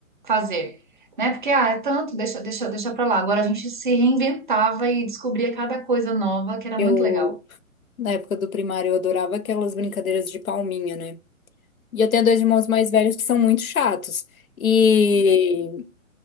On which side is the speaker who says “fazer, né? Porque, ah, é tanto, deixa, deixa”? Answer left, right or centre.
Right